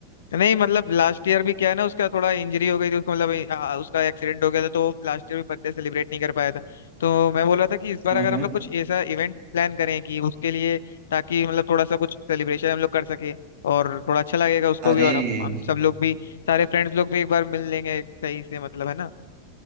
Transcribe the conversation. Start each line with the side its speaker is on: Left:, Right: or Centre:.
Left: नहीं मतलब लास्ट ईयर भी क्या है ना उसका थोड़ा इंजरी हो गई थी उसको मतलब आ, उसका एक्सीडेंट हो गया था तो वो लास्ट ईयर भी बर्थडे सेलिब्रेट नहीं कर पाया था तो मैं बोल रहा था कि इस बार
Right: हम्म
Left: अगर
Right: हम्म
Left: हम लोग कुछ ऐसा इवेंट प्लान करें कि उसके लिए ताकि मतलब थोड़ा सा कुछ सेलिब्रेशन हम लोग कर सके और थोड़ा अच्छा लगेगा उसको
Right: अरे
Left: भी और
Right: ये-
Left: हम हम सब लोग भी सारे फ्रेंड्स लोग भी एक बार मिल लेंगे सही से मतलब है ना